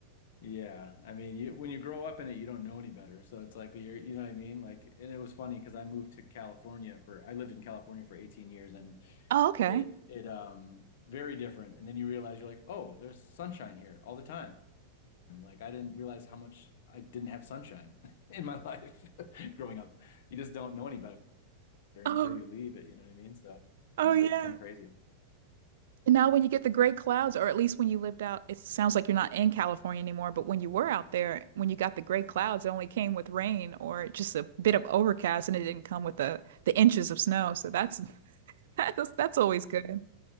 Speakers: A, on the left (about 65°); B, on the right (about 75°).
A: Yeah, I mean, you when you grow up in it, you don't know any better. So it's like you're, you know what I mean? Like, and it was funny because I moved to California for I lived in California for 18 years, and
B: Oh, okay.
A: it it um very different. And then you realize you're like, oh, there's sunshine here all the time. Like I didn't realize how much I didn't have sunshine <laughs> in my life <laughs> growing up. You just don't know any better until
B: <laughs>
A: you leave it. You know what I mean? So
B: Oh
A: yeah,
B: yeah.
A: it's kind of crazy.
B: And now when you get the great clouds, or at least when you lived out, it sounds like you're not in California anymore, but when you were out there, when you got the great clouds, it only came with rain or just a bit of overcast and it didn't come with the the inches of snow. So that's <laughs> that's that's always good.